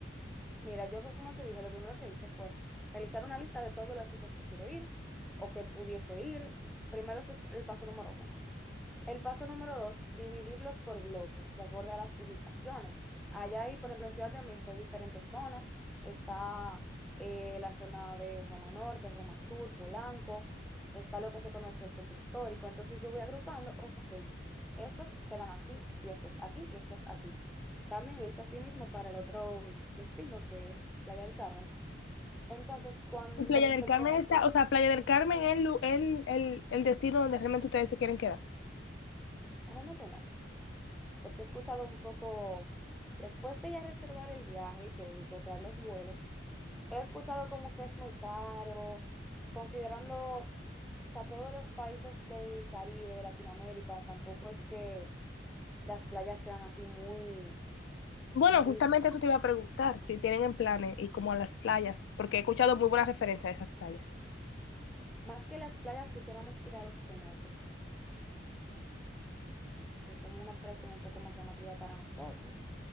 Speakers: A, in the centre; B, on the left.
A: mira, yo como te dije, lo primero que hice fue realizar una lista de todos los sitios que quiero ir o que pudiese ir. Primero ese es el paso número uno. El paso número dos, dividirlos por bloques, de acuerdo a las ubicaciones. Allá hay, por ejemplo, en Ciudad de México hay diferentes zonas. Está eh, la zona de Roma Norte, Roma Sur, Polanco. Está lo que se conoce el centro histórico. Entonces yo voy agrupando, ok, estos quedan aquí y estos aquí y estos aquí. También lo hice así mismo para el otro mm, destino que es Playa del Carmen. Entonces, cuan-
B: Y Playa
A: con respecto
B: del Carmen
A: a...
B: está, o sea, Playa del Carmen es el, lu- el, el, el destino donde realmente ustedes se quieren quedar.
A: Realmente no. porque he escuchado un poco, después de ya reservar el viaje y todo y comprar los vuelos, he escuchado como que es muy caro, considerando, o sea, todos los países del Caribe, de Latinoamérica, tampoco es que las playas sean así muy,
B: Bueno,
A: muy,
B: justamente
A: gu-
B: eso te iba a preguntar, si tienen en planes y como a las playas, porque he escuchado muy buenas referencias de esas playas.
A: más que las playas quisiéramos ir a los cenotes, que es como una atracción un poco más llamativa para nosotros.